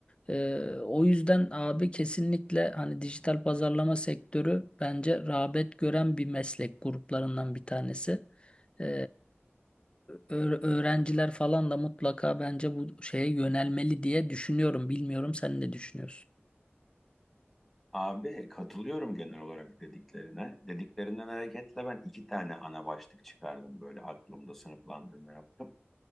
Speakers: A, on the left; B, in the centre.
A: E, o yüzden abi kesinlikle hani dijital pazarlama sektörü bence rağbet gören bir meslek gruplarından bir tanesi. E, Öğ- öğrenciler falan da mutlaka bence bu şeye yönelmeli diye düşünüyorum. Bilmiyorum sen ne düşünüyorsun?
B: Abi katılıyorum genel olarak dediklerine. Dediklerinden hareketle ben iki tane ana başlık çıkardım böyle aklımda sınıflandırma yaptım.